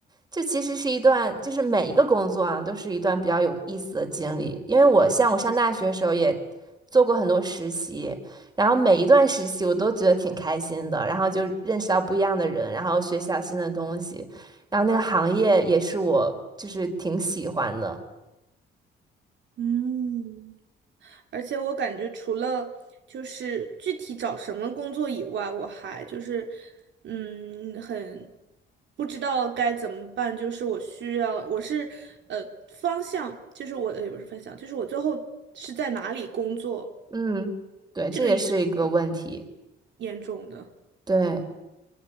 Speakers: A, on the right; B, on the right.
A: 这其实是一段，就是每一个工作啊，都是一段比较有意思的经历。因为我像我上大学的时候也做过很多实习，然后每一段实习我都觉得挺开心的，然后就认识到不一样的人，然后学习到新的东西，然后那个行业也是我就是挺喜欢的。
B: 嗯，而且我感觉除了就是具体找什么工作以外，我还就是嗯很不知道该怎么办。就是我需要，我是呃方向，就是我的也不是方向，就是我最后是在哪里工作，
A: 嗯，对，这也是一个问题。
B: 这个也是。严重的。
A: 对。